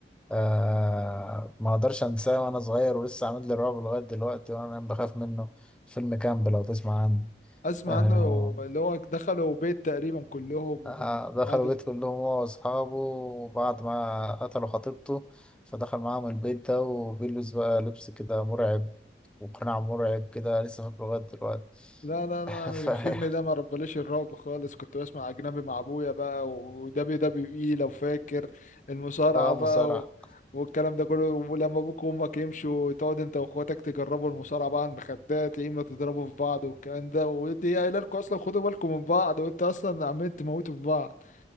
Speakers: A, in the centre; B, on the left.
A: آه ما اقدرش انساه وانا صغير ولسه عامل لي رعب لغايه دلوقتي وانا بخاف منه فيلم كامب لو تسمع عنه
B: اسمع
A: آه
B: عنه اللي هو دخلوا بيت تقريبا كلهم
A: آه، دخلوا
B: وقعدوا
A: بيت كلهم هو وأصحابه وبعد ما قتلوا خطيبته فدخل معاهم البيت ده وبيلبس بقى لبس كده مرعب وقناع مرعب كده لسه فاكره لغاية دلوقتي
B: لا لا لا
A: <laughs> فيعني
B: الفيلم ده ما ربليش الرعب خالص كنت بسمع اجنبي مع ابويا بقى ودبليو دبليو اي لو فاكر المصارعه
A: اه
B: بقى
A: مصارعة
B: و... والكلام ده كله ولما ابوك وامك يمشوا تقعد انت واخواتك تجربوا المصارعه بقى على المخدات يا اما تضربوا في بعض والكلام ده ودي قايله لكم اصلا خدوا بالكم من بعض وانت اصلا عمال تموتوا في بعض